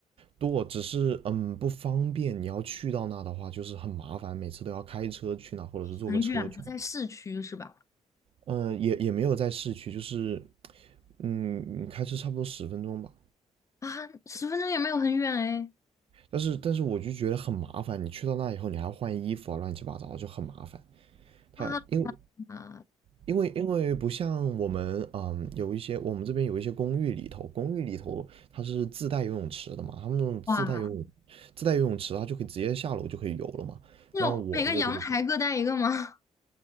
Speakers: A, on the right; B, on the left.
A: 多，只是嗯不方便。你要去到那的话，就是很麻烦，每次都要开车去那，或者是坐个车去那。
B: 很远，不在市区是吧？
A: 嗯，也也没有在市区，就是嗯开车差不多十分钟吧。
B: 啊，十分钟也没有很远哎。
A: 但是但是我就觉得很麻烦，你去到那以后，你还要换衣服啊，乱七八糟就很麻烦。它因为
B: 啊啊，
A: 因为因为不像我们嗯有一些我们这边有一些公寓里头，公寓里头它是自带游泳池的嘛，他们那种自带游泳
B: 哇，
A: 自带游泳池，它就可以直接下楼就可以游了嘛。
B: 那种每个阳台各带一个吗？
A: 那我这个就不行。
B: <laughs>